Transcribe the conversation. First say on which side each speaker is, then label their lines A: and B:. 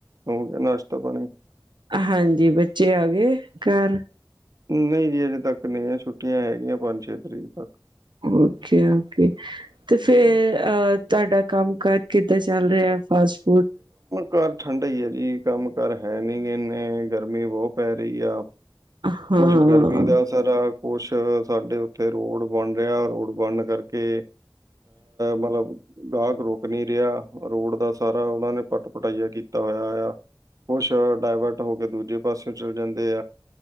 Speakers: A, on the right; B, on the right.
A: ਹੋ ਗਿਆ ਨਾਸ਼ਤਾ ਪਾਣੀ।
B: ਹਾਂਜੀ ਬੱਚੇ ਆ ਗਏ ਘਰ?
A: ਨਹੀਂ ਜੀ ਅਜੇ ਤੱਕ ਨਹੀਂ ਛੁੱਟੀਆਂ ਹੈਗੀਆਂ ਪੰਜ ਛੇ ਤਰੀਕ
B: ਓਕੇ ਓਕੇ ਤੇ ਫਿਰ
A: ਹੂੰ,
B: ਤੁਹਾਡਾ ਕੰਮ ਕਾਰ ਕਿੱਦਾਂ ਚੱਲ ਰਿਹਾ ਫਸਟ।
A: ਕਾਰ ਠੰਡਾ ਹੀ ਆ ਜੀ ਕੰਮ ਕਰ ਹੈ ਨਹੀਂ ਇਨੇ ਗਰਮੀ ਬਹੁਤ ਪੈ ਰਹੀ ਆ।
B: ਹਾਂ,
A: ਕੁਛ ਗਰਮੀ ਦਾ ਜਰਾ ਕੁਛ ਸਾਡੇ ਉੱਤੇ ਰੋਡ ਬਣ ਰਿਹਾ ਰੋਡ ਬਣਨ ਕਰਕੇ। ਮਤਲਬ ਗਾਹਕ ਰੁਕ ਨਹੀਂ ਰਿਹਾ ਰੋਡ ਦਾ ਸਾਰਾ ਉਹਨਾਂ ਨੇ ਪੱਟ ਪਟਈਆ। ਕੁਛ ਡਾਏਵਰਟ ਹੋ ਕੇ ਦੂਜੇ ਪਾਸਿਓਂ ਚਲ ਜਾਂਦੇ।